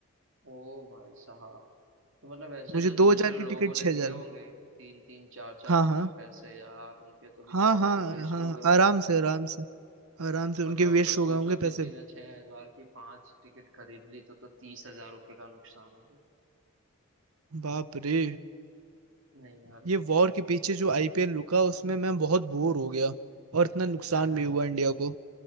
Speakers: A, on the right (about 60°); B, on the right (about 85°).
A: ओ भाई साहब तो मतलब ऐसे
B: मुझे
A: जो
B: दो
A: दूसरे
B: हजार की
A: लोगों
B: टिकट
A: ने
B: छह
A: दिए
B: हजार
A: होंगे तीन तीन चार चार
B: हाँ
A: गुना
B: हाँ
A: पैसे यार उनके तो बेचारों
B: हाँ हाँ
A: के वेस्ट
B: हाँ
A: हो गए होंगे
B: आराम से आराम से आराम से
A: मतलब
B: उनके वेस्ट
A: अगर सोचो
B: हो गए होंगे
A: किसी
B: पैसे
A: ने छह हजार की पांच टिकट खरीद ली तो तो तीस हजार रुपये का नुकसान हो गया
B: बाप रे
A: नहीं यार
B: ये वॉर के पीछे जो आईपीएल रुका उसमें मैं बहुत बोर हो गया और इतना नुकसान
A: <laughs>
B: भी हुआ इंडिया को